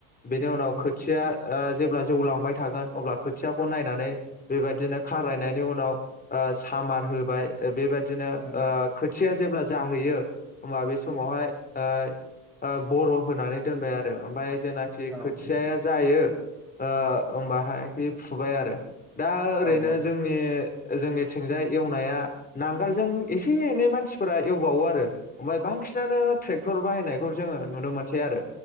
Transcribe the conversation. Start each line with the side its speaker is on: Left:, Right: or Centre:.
Left: बेनि
Centre: उम
Left: उनाव खोथिया ओ जेब्ला जौलांबाय थागोन अब्ला खोथियाखौ नायनानै बेबायदिनो खारायनायनि उनाव ओ सामार होबाय बेबायदि बिदिनो
Centre: उम,
Left: ओ खोथि जेब्ला जाहैयो होमबा बे समावहाय ओ ओ बर' होनानै दोनबाय आरो ओमफ्राय जेनाखि
Centre: औ
Left: खोथियाया जायो ओ ओमबाहाय बे फुबाय आरो दा ओरैनो
Centre: औ औ
Left: जोंनि जोंनिथिंजाय एवनाया नांगोलजों एसे एनै मानसिफोरा एवबावो आरो ओमफ्राय बांसिनानो ट्रेक्टर बायनायखौ नुनो मोनसै आरो